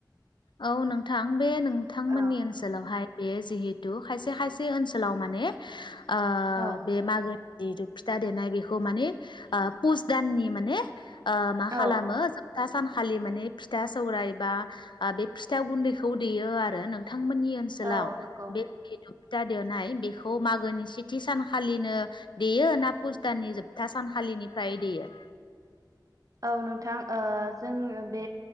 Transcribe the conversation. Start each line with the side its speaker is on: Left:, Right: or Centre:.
Left: औ नोंथां बे नों नोंथांमोननि
Right: औ
Left: ओनसोलावहाय बे जिहेतु खायसे खायसे ओनसोलाव माने ओ
Right: औ
Left: बे मागो जिहेथु फिथा देनाय बेखौ माने ओ पुस दाननि माने ओ मा
Right: औ
Left: खालामो जोबथा सानखालि माने फिथा सौराइ बा बे फिथा गुन्दैखौ देयो आरो नोंथां थांमोननि ओनसोलाव
Right: औ नंगौ
Left: बे जि ता देनाय बेखौ मागोनि सेथि सानखालिनो देयो ना पुसदानानि जोबथा सानखालिनिफ्राय देयो
Right: औ नोंथां ओ जों बे